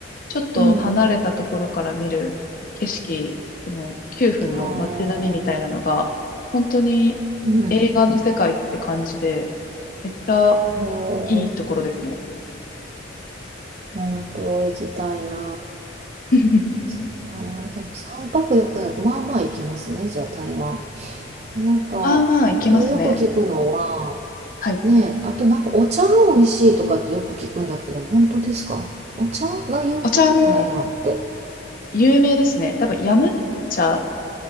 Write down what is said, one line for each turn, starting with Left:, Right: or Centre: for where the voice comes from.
Left: ちょっと離れたところから見る景色、
Right: うん。
Left: その9分の街並みみたいなのが、
Right: ああ、
Left: 本当に
Right: うん。
Left: 映画の世界って感じで、めっちゃ
Right: そ
Left: いいところですね。
Right: 本当行きたいな。
Left: <laughs>
Right: そっか。でも3泊4日だと、まあまあ行けますね、じゃあ台湾。なんか、
Left: まあまあ、いけますね。
Right: あとよく聞くのは、
Left: はい。
Right: ねえ、あとなんかお茶が美味しいとかってよく聞くんだけど、本当ですかお茶が有名台湾って。
Left: お茶も有名ですね。多分、ヤム茶